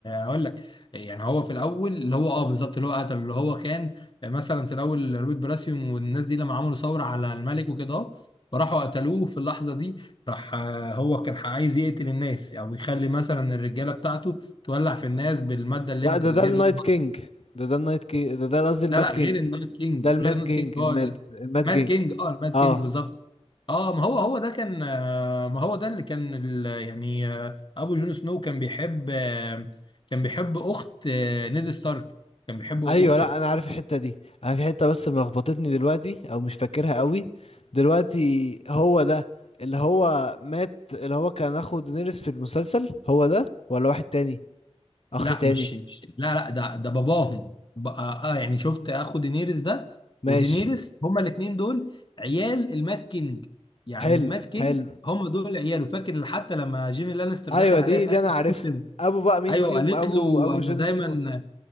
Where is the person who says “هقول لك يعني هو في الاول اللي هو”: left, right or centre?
Left